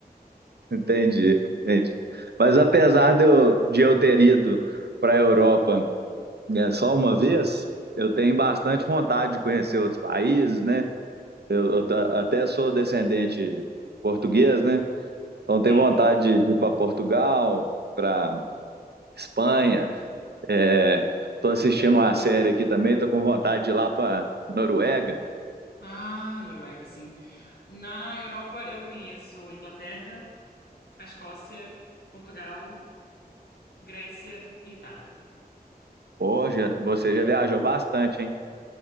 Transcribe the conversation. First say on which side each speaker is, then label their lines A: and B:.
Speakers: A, on the right; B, on the left.
A: Entendi, entendi. Mas apesar de eu, de eu ter ido para a Europa, né, só uma vez, eu tenho bastante vontade de conhecer outros países, né? Eu, eu ta- até sou descendente português, né? Então tenho
B: Sim.
A: vontade de, de ir para Portugal, para Espanha, Estou é, assistindo uma série aqui também, estou com vontade de ir lá para Noruega.
B: Ah, Noruega, sim. Na Europa eu conheço Inglaterra, a Escócia, Portugal, Grécia e Itália.
A: Hoje você já viajou bastante, hein?